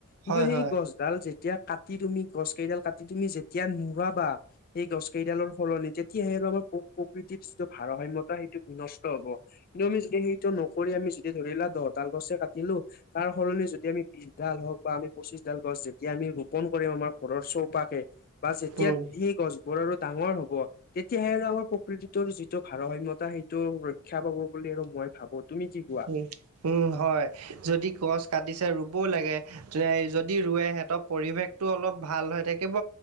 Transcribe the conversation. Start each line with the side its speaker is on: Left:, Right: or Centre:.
Left: কিন্তু
Right: হয়
Left: সেই
Right: হয়
Left: গছডাল যেতিয়া কাটি তুমি, গছ কেইডাল কাটি তুমি যেতিয়া <unintelligible> সেই গছ কেইডালৰ সলনি, তেতিয়াহে আৰু আমাৰ প্ৰ-প্ৰকৃতিৰ যিটো ভাৰসাম্যতা সেইটো বিনষ্ট হ'ব। কিন্তু আমি যদি সেইটো নকৰি, আমি যদি ধৰি লোৱা, দহডাল গছেই কাটিলো। তাৰ সলনি যদি আমি বিছ ডাল হওঁক বা আমি পঁচিছডাল গছ যেতিয়া আমি ৰোপন কৰিম, আমাৰ ঘৰৰ চৌপাশে বা যেতিয়া
Right: উম
Left: সেই গছবোৰ আৰু ডাঙৰ হ'ব তেতিয়াহে আৰু আমাৰ প্ৰকৃতিটোৰ যিটো ভাৰসাম্যতা, সেইটো ৰক্ষা পাব বুলি আৰু মই ভাবো, তুমি কি কোৱা?
Right: উম উম হয়, যদি গছ কাটিছে ৰুবও লাগে। <unintelligible> যদি ৰোৱে, সিহঁতৰ পৰিৱেশটো অলপ ভাল হৈ থাকিব।